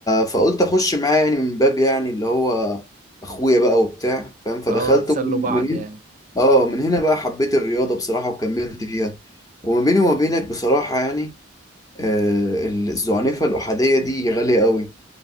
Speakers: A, on the left; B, on the right.
A: فقلت اخش معاه يعني من باب يعني اللي هو اخويا بقى وبتاع فاهم فدخلت
B: آه تسلوا
A: ومن-
B: بعض
A: من
B: يعني
A: هنا اه من هنا بقى حبيت الرياضه بصراحه وكملت فيها وما بيني وما بينك بصراحه يعني آه الزعنفه الاحاديه دي غاليه قوي